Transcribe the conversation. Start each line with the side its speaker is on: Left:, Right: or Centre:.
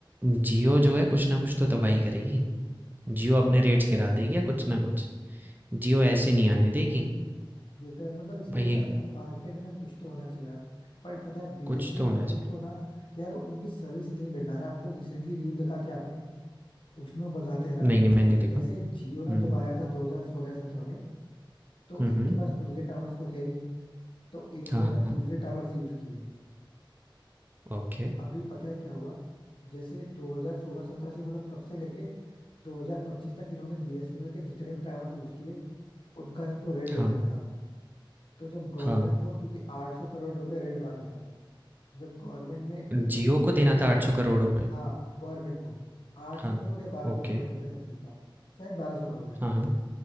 Right: जियो जो है कुछ ना कुछ तो तबाही करेगी जियो अपने रेट्स गिरा देगी या कुछ ना कुछ जियो ऐसे नहीं आने देगी
Left: ये तो है, मतलब इसीलिए
Right: भाई
Left: चाहते
Right: एक
Left: हैं ना मार्केट में कुछ तो होना चाहिए यार बट पता है बीएसएनएल
Right: कुछ तो होना
Left: वालों
Right: चाहिए
Left: को ना यार उनकी सर्विस इतनी बेकार है आपको रिसेंटली न्यूज देखा कि आपने उसमें बताते हैं ना
Right: नहीं नहीं मैंने नहीं देखा
Left: जैसे जियो ना
Right: हम्म
Left: जब आया था 2016-17 में तो
Right: हुँ,
Left: इनके
Right: हुँ।
Left: पास खुद के टावर्स तो थे नहीं तो इन्होंने
Right: हाँ,
Left: ना
Right: हाँ।
Left: दूसरे टावर्स यूज किए
Right: ओके।
Left: अभी पता है क्या हुआ जैसे 2016-17 से मतलब तब से लेके 2025 तक इन्होंने बीएसएनएल के जितने भी टावर्स यूज किए उनका इनको रेंट
Right: हाँ,
Left: देना था तो जब गवर्नमेंट
Right: हाँ।
Left: को क्योंकि 800 करोड़ रुपए रेंट बाकी था जब गवर्नमेंट में इस
Right: जियो
Left: पे इन्वेस्ट
Right: को देना था 800 करोड़ रुपए।
Left: हाँ गवर्नमेंट को 800
Right: हाँ,
Left: करोड़ या 1200
Right: ओके।
Left: करोड़ से समथिंग था शायद 1200 करोड़ है
Right: हाँ, हाँ।